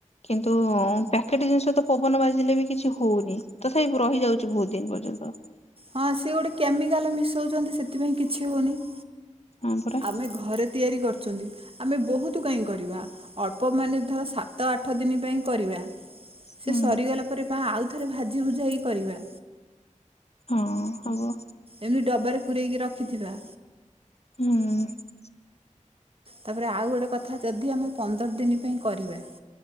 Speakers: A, on the left; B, on the right.
A: କିନ୍ତୁ ପ୍ୟାକେଟ ଜିନିଷ ତ ପବନ ବାଜିଲେ ବି କିଛି ହଉନି ତଥାପି ରହିଯାଉଛି ବହୁତ ଦିନ ପର୍ଯ୍ୟନ୍ତ।
B: ହଁ ସିଏ ଗୋଟେ କେମିକାଲ ମିଶଉଛନ୍ତି ସେଥିପାଇଁ କିଛି ହଉନି।
A: ହଁ ପରା
B: ଆମେ ଘରେ ତିଆରି କରୁଛନ୍ତି ଆମେ ବହୁତ କାହିଁ କରିବା। ଅଳ୍ପ ମାନେ ଧର ସାତ ଆଠ ଦିନ ପାଇଁ କରିବା ସେ
A: ହୁଁ
B: ସରିଗଲା ପରେ ବା ଆଉ ଥରେ ଭାଜି ଭୁଜା ହେଇ କରିବା।
A: ହଁ ହବ।
B: ଏମିତି ଡବାରେ ପୁରେଇକି ରଖିଥିବା।
A: ହୁଁ।
B: ତାପରେ ଆଉ ଗୋଟେ କଥା ଯଦି ଆମେ ପନ୍ଦର ଦିନ ପାଇଁ କରିବା